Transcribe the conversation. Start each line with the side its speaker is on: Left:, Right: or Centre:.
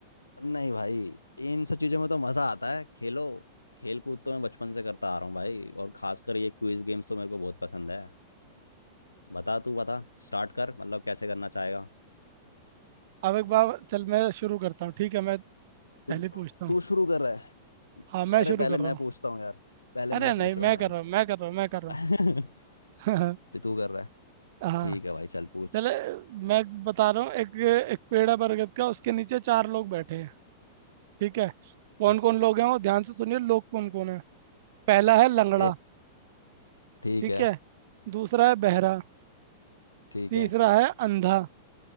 Left: नहीं भाई इन सब चीज़ों में तो मज़ा आता है खेलो खेल कूद तो मैं बचपन से करता आ रहा हूँ भाई और खासकर ये क्विज गेम्स तो मेरे को बहुत पसंद है बता तू बता स्टार्ट कर मतलब कैसे करना चाहेगा
Right: अब एक बार चल मैं शुरू करता हूँ ठीक है मैं
Left: तू
Right: पहले पूछता हूँ
Left: तू शुरू कर रहा है
Right: हाँ मैं
Left: अरे
Right: शुरू
Left: पहले
Right: कर
Left: मैं
Right: रहा हूँ
Left: पूछता हूँ यार पहले
Right: अरे
Left: मैं
Right: नहीं
Left: पूछ रहा
Right: मैं
Left: हूँ
Right: कर रहा हूँ मैं कर रहा हूँ मैं
Left: भाई
Right: कर रहा
Left: <laughs>
Right: हूँ
Left: तो तू कर रहा है
Right: <laughs> हाँ
Left: ठीक है भाई चल पूछ
Right: चले मैं बता रहा हूँ एक एक पेड़ है बरगद का उसके नीचे चार लोग बैठे हैं ठीक है कौन
Left: अच्छा
Right: कौन लोग हैं वो ध्यान से सुनिए लोग कौन कौन है पहला है लंगड़ा
Left: एक ठीक
Right: ठीक
Left: है
Right: है दूसरा है बहरा
Left: ठीक
Right: तीसरा
Left: है
Right: है अंधा